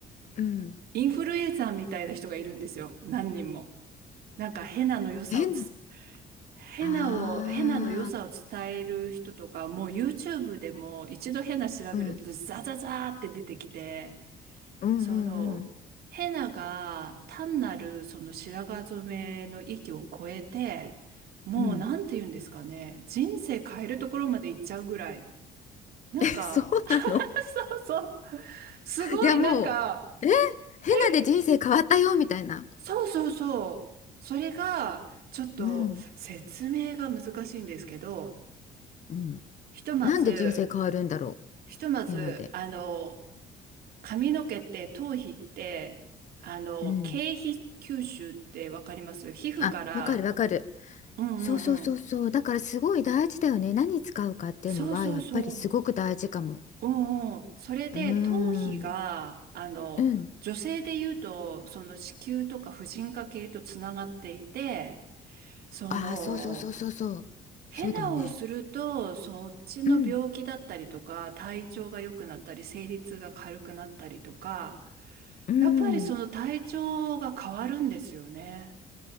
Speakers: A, on the left; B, on the right.
A: うん。
B: インフルエンサーみたいな人がいるんですよ。何人も。なんかヘナの良さをつ
A: 変。
B: ヘナを、
A: ああ、
B: ヘナの良さを伝える人とか、もう YouTube でも一度ヘナ調べるとザザザーって出てきて、
A: うん。うんうんうん。
B: その、ヘナが単なるその白髪染めの域を超えて、もうなんて言うんですかね、
A: うん。
B: 人生変えるところまで行っちゃうぐらい、
A: <laughs>
B: なんか、
A: え、そうなの
B: <laughs> そうそう、すごいなんか、
A: いや、もう、え、変なで人生変わったよ、
B: ヘイ
A: みたいな。
B: そうそうそう、それがちょっと説明が難しいんですけど、
A: うん。うん。
B: ひとまず、
A: なんで人生変わるんだろう、
B: ひとまず、
A: 変なで。
B: あの、髪の毛って頭皮って、あの、
A: うん。
B: 経皮吸収ってわかります皮膚から、
A: あ、わかるわかる。
B: うんうんうん。
A: そうそうそうそう。だからすごい大事だよね。何使うかっていうのはやっぱりすごく大事かも。
B: そうそうそう。うんうん。それで頭皮が、
A: うーん。
B: あの、
A: うん。
B: 女性で言うと、その子宮とか婦人科系とつながっていて、その、
A: ああ、そうそうそうそうそう。
B: ヘナをすると、
A: そうだよね。
B: そっちの病気だったりとか、
A: うん。
B: 体調が良くなったり、生理痛が軽くなったりとか、
A: うん。
B: やっぱりその体調が変わるんですよね。